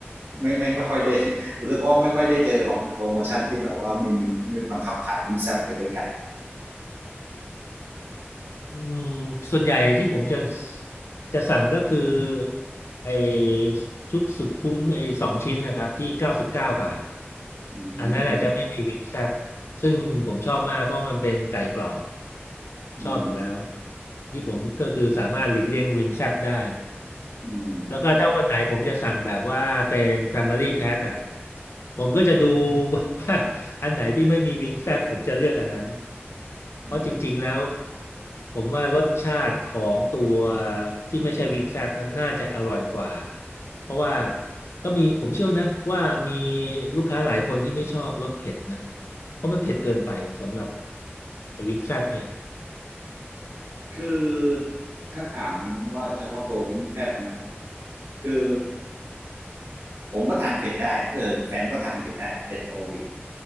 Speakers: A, on the right; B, on the left.
A: ไม่ไม่ไม่ค่อยได้ <laughs> รู้สึกว่าไม่ค่อยได้เจอหรอกโปรโมชั่นที่แบบว่าไม่มีไม่บังคับขายวิ่งแซบไปด้วยกันเนี่ย
B: อืมส่วนใหญ่ที่ผมจะจะสั่งก็คือไอ้ชุดสุดคุ้มไอ้สองชิ้นนะครับที่เก้าสิบเก้าบาทอ่ะ
A: อืม
B: อันนั้นอาจจะไม่มีวิงแซบซึ่งผมชอบมากเพราะมันเป็นไก่กรอบ
A: อืม
B: ชอบอยู่แล้วที่ผมก็คือสามารถหลีกเลี่ยงวิงแซบได้
A: อืม
B: แล้วก็ถ้าวันไหนผมจะสั่งแบบว่าเป็น Family Pack อ่ะผมก็จะดูว่าอันไหนที่ไม่มีวิงแซบผมจะเลือกอันนั้นเพราะจริงๆแล้ว
A: อืม
B: ผมว่ารสชาติของตัวที่ไม่ใช่วิงแซบนั้นน่าจะอร่อยกว่าเพราะว่าก็มีผมเชื่อนะว่ามีลูกค้าหลายคนที่ไม่ชอบรสเผ็ดนะเพราะมันเผ็ดเกินไปสำหรับไอ้วิงแซบเนี่ย
A: คือถ้าถามว่าเฉพาะตัววิงแซบนะคือผมก็ทานเผ็ดได้เออแฟนก็ทานเผ็ดได้เผ็ดกว่าผมอีก